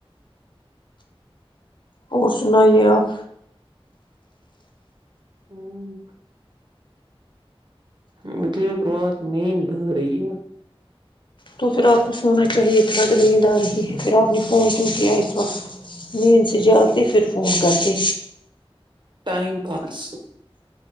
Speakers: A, on the left (about 55°); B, on the right (about 50°).
A: اور سنائیےپ
B: ہوں مجھے بہت نیند ہو رہی ہے
A: تو پھر آپ کو سونا چاہیے تھڑا اگر نیند آ رہی ہے پھر آپ نے فون کیوں کیا اس وقت مین سے جگتی پھر فون کرتی
B: ائم پاس